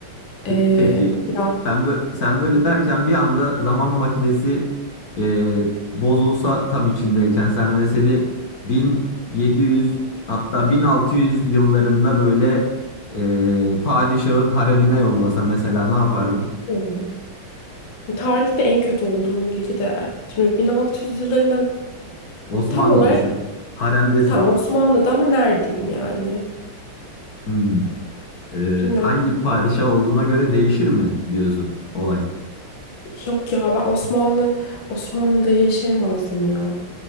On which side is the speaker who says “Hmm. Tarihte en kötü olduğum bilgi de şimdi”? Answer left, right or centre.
Left